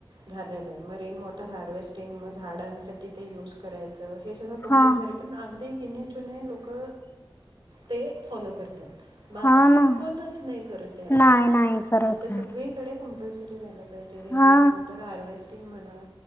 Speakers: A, on the right; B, on the left.
A: झालेलं आहे मग रेन वॉटर हार्वेस्टिंग मग झाडांसाठी ते युज करायचं हे सगळं कंपल्सरी
B: हा
A: पण अगदी गिण्या चुणे लोक ते फॉलो करतात. बाकी
B: हा ना
A: कोणच नाही. करत या असो
B: नाही नाही करत
A: हां तर
B: नाही.
A: सगळीकडे कंपल्सरी झालं
B: हा
A: रेन वॉटर हार्वेस्टिंग म्हणा